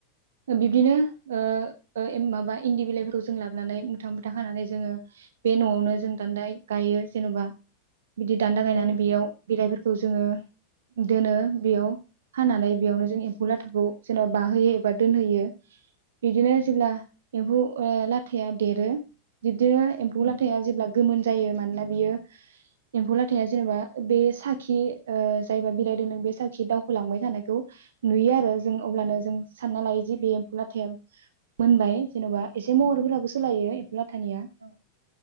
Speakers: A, on the right; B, on the right.
A: बिब्दिनो ओ ओ एन माबा इन्दि बिलाइफोरखौ जों लाबोनानै मुथा मुथा खानानै जोङो बे न'आवनो
B: औ
A: जों दानदाय गायो जेन'बा बिदि दान्दा
B: औ
A: गायनानै
B: औ नंगौ
A: बेयाव बिलाइफोरखौ खौ जोङो दोनो बेयाव हानानै
B: औ
A: बेयावनो जों एम्फौ लाथाखौ जेन'बा बाहोयो एबा दोनहोयो। बिदिनो
B: औ
A: जेब्ला एम्फौ ओ लाथाया देरो दिफ बे एमफौ
B: औ
A: लाथाय जेब्ला गोमोन जायो मानोना बियो एम्फौ लाथाया जेनोबा बे साखि ओ जायबा बिलाइ दोन्दों बे साखि दावहोलांबाय थानायखौ नुयो आरो जों
B: औ
A: अब्लानो जों सानना लायो जि बे एम्फौ लाथाया मोनबाय। जेन'बा एसे महरफोराबो
B: औ
A: सोलायो एम्फौ लाथानिया,
B: औ